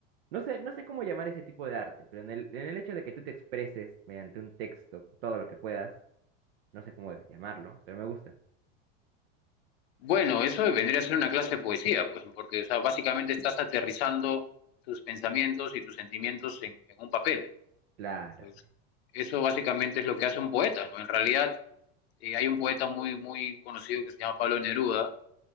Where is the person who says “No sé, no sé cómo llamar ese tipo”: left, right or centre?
Right